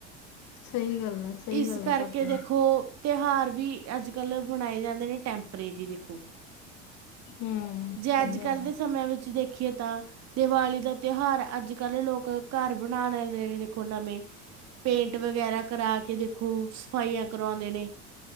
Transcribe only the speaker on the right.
ਇਸ
ਕਰਕੇ
ਦੇਖੋ ਤਿਉਹਾਰ ਵੀ ਅੱਜ ਕੱਲ੍ਹ ਮਨਾਏ ਜਾਂਦੇ ਨੇ ਟੈਂਪਰੇੇਰੀ ਦੇਖੋ।
ਜੇ
ਅੱਜ ਕੱਲ੍ਹ
ਦੇ ਸਮਿਆਂ ਵਿੱਚ। ਦੇਖੀਏ ਤਾਂ ਦੀਵਾਲੀ ਦਾ ਤਿਉਹਾਰ ਅੱਜ ਕੱਲ੍ਹ ਲੋਕ ਘਰ ਮਨਾ ਲੈਂਦੇ ਨੇ। ਦੇਖੋ ਨਵੇਂ ਪੇਂਟ ਵਗੈਰਾ ਕਰਾ ਕੇ ਦੇਖੋ ਸਫਾਈਆਂ ਕਰਵਾਉਂਦੇ ਨੇ।